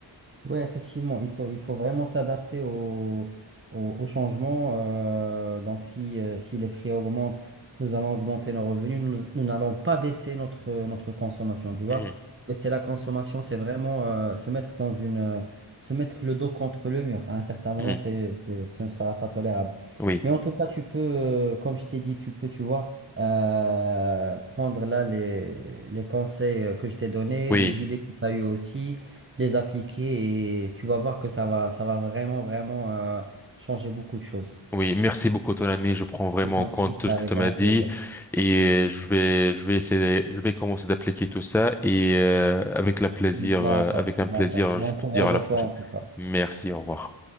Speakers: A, on the right; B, in the centre.
A: Oui, effectivement, il faut, il faut vraiment s'adapter au, au, au changement. euh, donc, si, euh, si les prix augmentent, nous allons augmenter nos revenus. Nous, nous n'allons pas baisser notre, notre consommation, tu vois.
B: Mhm.
A: Mais c'est la consommation, c'est vraiment euh, se mettre dans une, euh, se mettre le dos contre le mur. À un certain moment,
B: Mhm.
A: c'est, c'est- ce ne sera pas tolérable.
B: Oui,
A: Mais en tout cas, tu peux, euh, comme je t'ai dit, tu peux, tu vois, euh, prendre là les, les conseils euh, que je t'ai donnés,
B: oui.
A: les idées que tu as eues aussi les appliquer et tu vas voir que ça va, ça va vraiment, vraiment euh, changer beaucoup de choses.
B: Oui, merci beaucoup ton ami. Je prends vraiment
A: Je t'en
B: en compte
A: prie, c'est
B: tout ce
A: avec
B: que tu
A: grand
B: m'as dit
A: plaisir.
B: et euh, je vais, je vais essayer, je vais commencer d'appliquer tout ça et euh, avec la plaisir,
A: D'accord,
B: euh, avec un
A: d'accord.
B: plaisir,
A: Bon
B: je peux
A: courage
B: te dire à la
A: à
B: prochaine.
A: toi en tout cas.
B: Merci, au revoir.